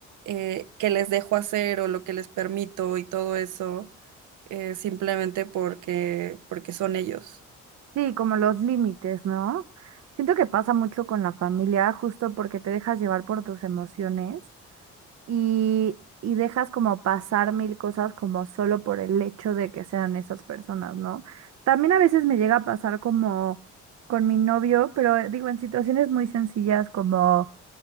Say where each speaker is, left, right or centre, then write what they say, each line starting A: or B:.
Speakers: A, on the right; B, on the right.
A: eh, que les dejo hacer o lo que les permito y todo eso, eh, simplemente porque, porque son ellos.
B: Sí, como los límites, ¿no? Siento que pasa mucho con la familia, justo porque te dejas llevar por tus emociones. y, y dejas como pasar mil cosas como solo por el hecho de que sean esas personas, ¿no? También a veces me llega a pasar como con mi novio, pero eh, digo, en situaciones muy sencillas como